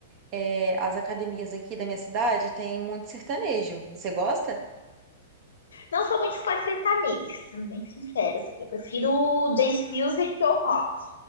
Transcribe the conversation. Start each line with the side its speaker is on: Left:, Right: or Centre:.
Right: É, as academias aqui da minha cidade têm muito sertanejo. Você gosta?
Left: Não sou muito fã de sertanejo, sendo bem sincera, assim. Eu prefiro dance music ou rock.